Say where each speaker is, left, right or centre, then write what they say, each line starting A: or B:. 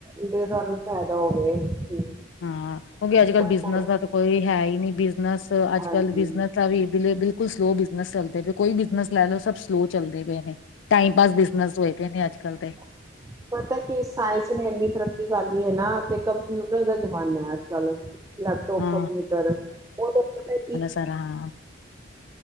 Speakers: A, on the right; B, on the left.
A: ਅੱਗੇ ਤੁਹਾਨੂੰ ਫਾਇਦਾ ਹੋਵੇ ਹੂੰ।
B: ਹਾਂ ਕਿਉਂਕਿ ਅੱਜ ਕੱਲ੍ਹ
A: ਕੋਈ
B: ਬਿਜਨਸ
A: ਕੋਰਸ
B: ਦਾ ਤਾਂ ਕੋਈ ਹੈ ਹੀ ਨੀ ਬਿਜਨਸ ਅੱਜ
A: ਹਾਂਜੀ
B: ਕੱਲ੍ਹ ਬਿਜਨਸ। ਬਿਜ਼ਨਸ ਦਾ ਵੀ ਬਿਲਕੁਲ ਸਲੋਅ ਬਿਜਨਸ ਚੱਲਦੇ ਪਏ ਕੋਈ ਬਿਜਨਸ ਲੈ ਲਓ ਸਭ ਸਲੋਅ ਚੱਲਦੇ ਪਏ ਨੇ। ਟਾਈਮ ਪਾਸ ਬਿਜ਼ਨਸ ਹੋਏ ਪਏ ਨੇ ਅੱਜ ਕੱਲ੍ਹ ਦੇ।
A: ਹੂੰ। <inaudible> ਪਤਾ ਕਿ ਆ ਸਾਇੰਸ ਨੇ ਇੰਨੀ ਤਰੱਕੀ ਕਰ ਲਈ ਹੈ ਨਾ ਤੇ ਕੰਪਿਊਟਰ ਦਾ ਜ਼ਮਾਨਾ ਅੱਜ ਕੱਲ। ਲੈਪਟੋਪ,
B: ਹਾਂ
A: ਕੰਪਿਊਟਰ ਉਹ ਤੇ ਪਤਾ ਕੀ।
B: ਤਰ੍ਹਾਂ।